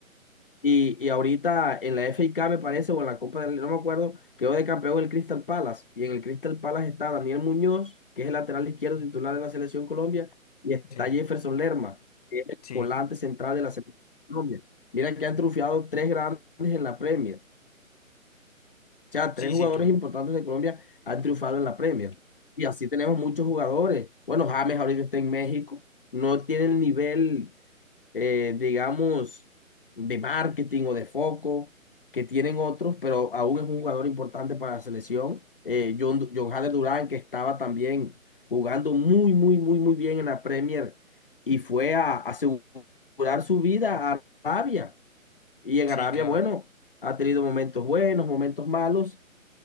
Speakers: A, on the left (about 40°); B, on the left (about 25°).
A: y, y ahorita en la FA me parece, o en la Copa del Rey, no me acuerdo, quedó de campeón el Crystal Palace. Y en el Crystal Palace está Daniel Muñoz, que es el lateral izquierdo titular de la Selección Colombia, y está
B: Sí,
A: Jefferson Lerma, que es el
B: sí,
A: volante central de la Selección Colombia. Mira que han triunfado tres grandes en la Premier. O sea,
B: sí,
A: tres jugadores
B: sí, claro.
A: importantes de Colombia han triunfado en la Premier. Y así tenemos muchos jugadores. Bueno, James ahorita está en México. No tiene el nivel eh, digamos, de marketing o de foco que tienen otros, pero aún es un jugador importante para la selección. Eh, John, Du- John Hader Durán, que estaba también jugando muy, muy, muy, muy bien en la Premier y fue a asegurar su vida a Arabia. Y en
B: Sí,
A: Arabia,
B: claro.
A: bueno, ha tenido momentos buenos, momentos malos,